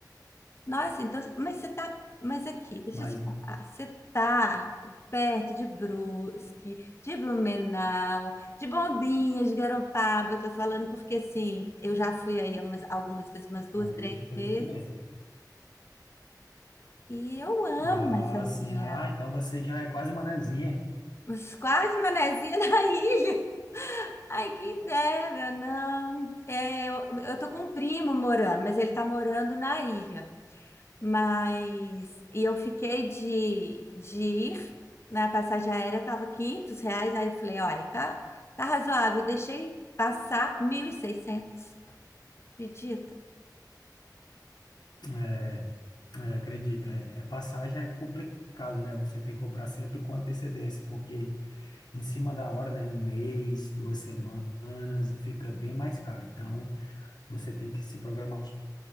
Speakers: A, on the left (about 35°); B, on the left (about 75°).
A: Nossa, então, mas você tá, mas aqui, deixa
B: Mas.
A: eu te falar, você tá perto de Brusque, de Blumenau, de Bombinhas, de Garopaba, eu tô falando porque, assim, eu já fui aí umas- algumas vezes, umas duas,
B: Aí,
A: três
B: foi
A: vezes,
B: isso mesmo.
A: e eu amo
B: Ah,
A: essa região,
B: sim. Ah, então você já é quase manezinha.
A: mas quase Manezinha na <laughs> ilha. Ai, quem dera, não. É, eu, eu tô com um primo morando, mas ele tá morando na ilha. Mas e eu fiquei de, de ir na passagem aérea, estava 500 reais. Aí eu falei, olha, tá, tá razoável. Eu deixei passar 1.600. acredita?
B: É, é, acredito. É, é passagem é complicado, né? Você tem que comprar sempre com antecedência, porque em cima da hora, né? Um mês, duas semanas, fica bem mais caro. Então, você tem que se programar